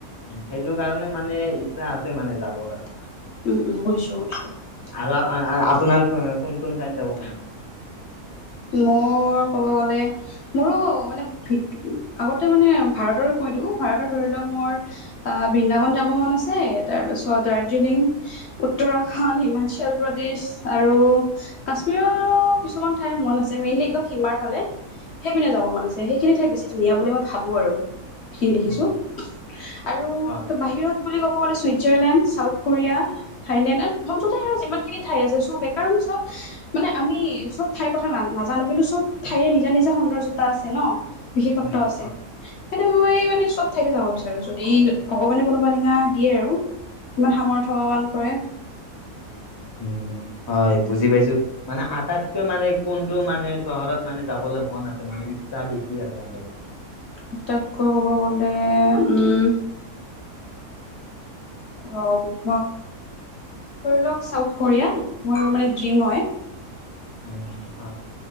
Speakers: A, on the left; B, on the left.
A: উম সেইটো কাৰণে মানে ইচ্ছা আছে মানে যাবৰ কাৰণে।
B: উম, উম বুইছো <unintelligible>
A: আৰু আ- আপোনাৰ কোন কোন ঠাইত যাব <inaudible>
B: মোৰ ক'ব গ'লে মোৰো মানে ভি আগতে মানে ভাৰতৰে কৈ দিওঁ ভাৰতৰ ধৰি লওক মোৰ আহ, বৃন্দাবন যাব মন আছে, তাৰপিছত দাৰ্জিলিং। উত্তৰা <unintelligible> হিমাচল প্ৰদেশ আৰু কাশ্মীৰৰো কিছুমান ঠাই মন আছে মেইনলি একদম সিমাৰ ফালে সেইপিনে যাব মন আছে, সেইখিনি ঠাই বেছি ধুনীয়া বুলি মই ভাবো আৰু। সি দেখিছোঁ
A: উম,
B: আৰু
A: হয়
B: <unintelligible> বাহিৰত বুলি ক'ব গ'লে ছুইজাৰলেণ্ড চাউথ কোৰিয়া থাইলেণ্ড <unintelligible> আৰু যিমান খিনি ঠাই আছে চবে কাৰণ চব মানে আমি চব ঠাই কথা না-নাজানো কিন্তু চব ঠাইয়ে নিজা-নিজা সৌন্দৰ্যতা আছে ন, বিশেষত্ব
A: উম,
B: আছে।
A: হয়
B: সেইটো মই মানে চব ঠাইতে যাব বিচাৰোঁ যদি ভগৱানে কোনোবা দিনা দিয়ে আৰু। ইমান <unintelligible> কৰে।
A: উম। হয় বুজি পাইছো, মানে আটাইতকৈ মানে কোনটো মানে চহৰত মানে যাবলৈ মন <inaudible> <inaudible> মানে ইচ্ছা বছি আছে <inaudible>
B: আটাইতকৈ ক'ব গ'লে উম, <unintelligible> ধৰি লওক চাউথ কোৰিয়া মোৰ মানে ড্ৰিম হয়।
A: উম, <unintelligible>